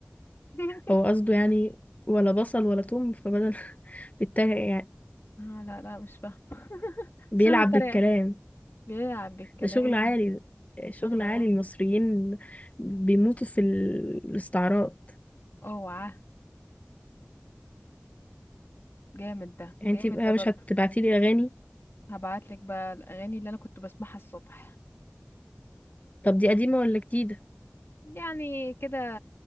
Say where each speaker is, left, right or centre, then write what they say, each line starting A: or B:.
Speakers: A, on the left; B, on the left.
A: <laughs>
B: هو قصده يعني ولا بصل ولا توم فبدل <laughs> بيتريق يعني
A: آه لا لا مش فاهم
B: بيلعب
A: شغل الطريقة
B: بالكلام
A: بيلعب بالكلام
B: ده شغل عالي ده شغل
A: شغل عام
B: عالي المصريين بيموتوا في ال- الاستعراض
A: اوعى جامد ده
B: يعني
A: جامد
B: انتي بقى
A: ده
B: مش
A: برضو
B: هتبعتيلي أغاني
A: هبعتلك بقى الأغاني اللي أنا كنت بسمعها الصبح
B: طب دي قديمة ولا جديدة
A: يعني كده